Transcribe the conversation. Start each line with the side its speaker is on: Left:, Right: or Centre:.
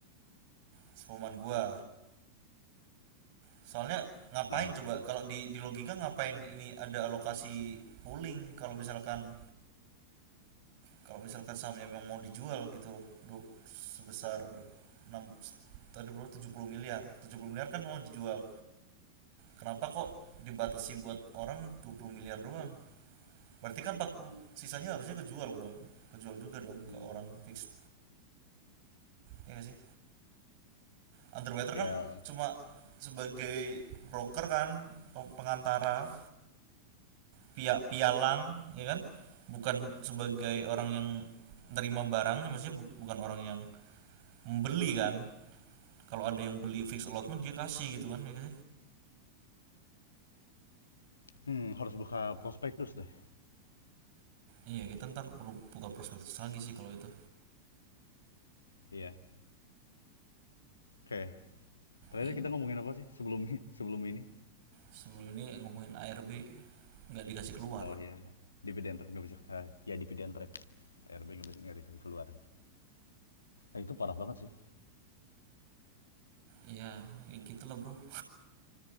Right: sepemahaman gua Soalnya ngapain
Left: Nah,
Right: coba kalau di di logika ngapain ini ada alokasi pooling kalau misalkan kalau misalkan sahamnya memang mau dijual gitu loh. sebesar enam tadi berapa 70 miliar. tujuh puluh miliar kan mau dijual. Kenapa kok dibatasi buat orang 20 miliar doang? Berarti kan 40 sisanya harusnya kejual dong. Kejual juga dong
Left: Hmm.
Right: ke orang fix. Ya nggak sih? underwriter kan
Left: ya
Right: cuma sebagai broker kan pengantara pia pialang ya kan bukan sebagai orang yang nerima barangnya maksudnya bu- bukan orang yang membeli kan kalau ada yang beli fix allotment dia kasih gitu kan ya kan
Left: hmm, harus buka prospektus deh.
Right: iya kita ntar perlu buka prospektus lagi sih kalau itu
Left: Iya. Oke. Terakhir
Right: ya
Left: kita ngomongin apa sih sebelum <laughs> sebelum ini?
Right: sebelum ini ngomongin ARB nggak dikasih keluar
Left: Oh ya, dividend trap nggak bisa. eh, ya dividend trap. RB nggak bisa nggak dikasih keluar. Eh, itu parah banget sih.
Right: Iya, kayak gitulah bro <laughs>